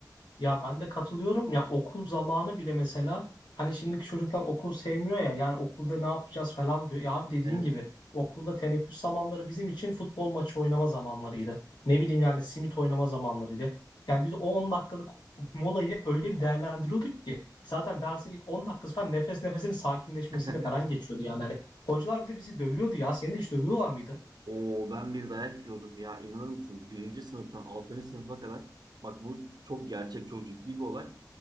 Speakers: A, on the left; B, on the right.
A: Ya ben de katılıyorum. Ya okul zamanı bile mesela hani şimdiki çocuklar okul sevmiyor ya. Yani okulda ne yapacağız falan diyor. Ya abi dediğin
B: Evet.
A: gibi okulda teneffüs zamanları bizim için futbol maçı oynama zamanlarıydı. Ne bileyim yani simit oynama zamanlarıydı. Yani biz o 10 dakikalık molayı öyle bir değerlendiriyorduk ki zaten dersin ilk 10 dakikası falan nefes nefesinin sakinleşmesiyle
B: <laughs>
A: falan geçiyordu yani. Hani hocalar bir de bizi dövüyordu ya. Seni de hiç dövüyorlar mıydı?
B: Oo ben bir dayak yiyordum ya inanır mısın? Birinci sınıftan altıncı sınıfa kadar bak bu çok gerçek çok ciddi bir olay.